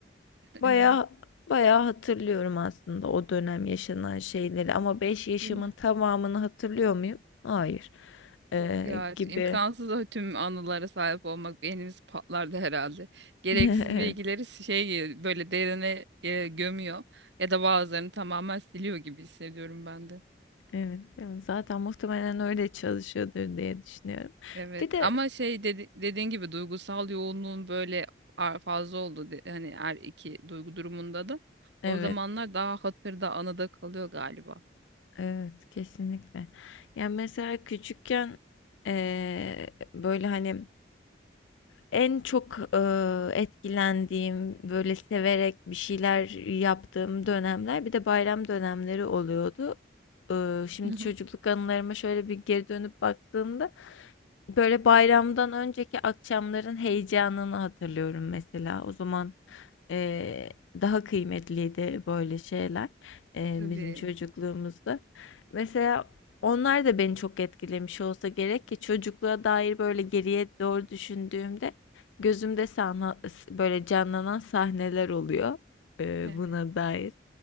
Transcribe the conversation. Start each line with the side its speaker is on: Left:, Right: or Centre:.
Left: Baya
Right: Evet.
Left: baya hatırlıyorum aslında o dönem yaşanan şeyleri ama beş yaşımın
Right: Değil mi?
Left: tamamını hatırlıyor muyum? Hayır. Ee,
Right: Yok ya.
Left: gibi.
Right: imkansız o tüm anılara sahip olmak. Beynimiz patlardı herhalde. Gereksiz
Left: <laughs>
Right: bilgileri şey e, böyle derine e, gömüyor. Ya da bazılarını tamamen siliyor gibi hissediyorum ben de.
Left: Evet, evet. Zaten muhtemelen öyle çalışıyordur diye düşünüyorum.
Right: Evet.
Left: Bir de
Right: Ama şey dedi, dediğin gibi duygusal yoğunluğun böyle ar- fazla oldu. de- Hani her iki duygu durumunda da.
Left: evet,
Right: O zamanlar daha hatırda, anıda kalıyor galiba.
Left: evet kesinlikle. Yani mesela küçükken eee, böyle hani En çok, eee, etkilendiğim, böyle, severek bir şeyler yaptığım dönemler bir de bayram dönemleri oluyordu. Iıı, şimdi
Right: <laughs>
Left: çocukluk anılarıma şöyle bir geri dönüp baktığımda, böyle, bayramdan önceki akşamların heyecanını hatırlıyorum mesela. O zaman, eee, daha kıymetliydi böyle şeyler, eee,
Right: Tabii.
Left: bizim çocukluğumuzda. Mesela onlar da beni çok etkilemiş olsa gerek ki çocukluğa dair, böyle, geriye doğru düşündüğümde Gözümde sana, böyle canlanan sahneler oluyor e,
Right: Evet.
Left: buna dair.